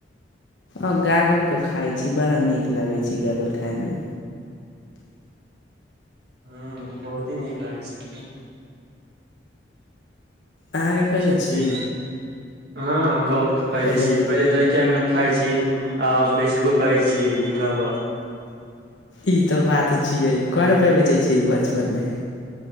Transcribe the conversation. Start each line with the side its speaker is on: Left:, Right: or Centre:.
Left: अ गागल तऽ खाइ छी बड़ा नीक लागै छै गगल खथमे।
Right: हँ बहुत ही नीक लागै छैमे
Left: अहाँकेँ कले
Right: चलिये
Left: छी।
Right: हँ बहुत खै
Left: हेलो
Right: छी पहिले लड़कामे खाय छी, आ बेचबो करै छी जूरा पर।
Left: ई तऽ बात तऽ छियै कर रूपे बेचै छियै बचपन मे।